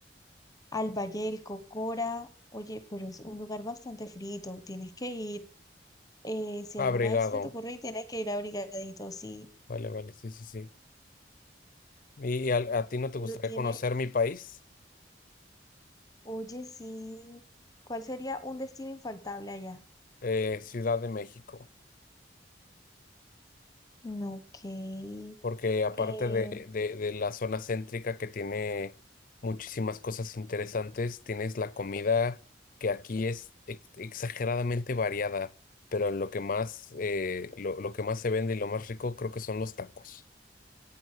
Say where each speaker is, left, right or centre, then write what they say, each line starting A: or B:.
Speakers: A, on the left; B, on the left.
A: al Valle del Cocora. Oye, pero es un lugar bastante frito, tienes que ir. eh, si
B: abrigado
A: alguna vez se te ocurre, tienes que ir abrigadito, sí.
B: Vale, vale, sí, sí, sí. ¿Y a, a ti no te
A: Pero
B: gustaría
A: tiene
B: conocer mi país?
A: Oye, sí. ¿Cuál sería un destino infaltable allá?
B: Eh, Ciudad de México.
A: No, Ok.
B: porque aparte
A: Eh,
B: de, de, de la zona céntrica que tiene muchísimas cosas interesantes, tienes la comida que aquí es ex- exageradamente variada, pero lo que más, eh, lo, lo que más se vende y lo más rico creo que son los tacos.